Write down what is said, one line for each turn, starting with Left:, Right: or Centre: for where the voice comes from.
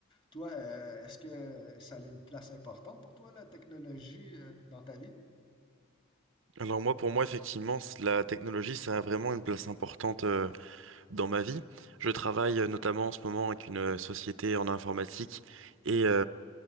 Left: Toi, euh, est-ce que ça a une place importante pour toi, la technologie, euh, dans ta vie?
Right: Alors moi, pour moi, effectivement, c- la technologie, ça a vraiment une place importante euh, dans ma vie. Je travaille euh, notamment en ce moment avec une euh, société en informatique et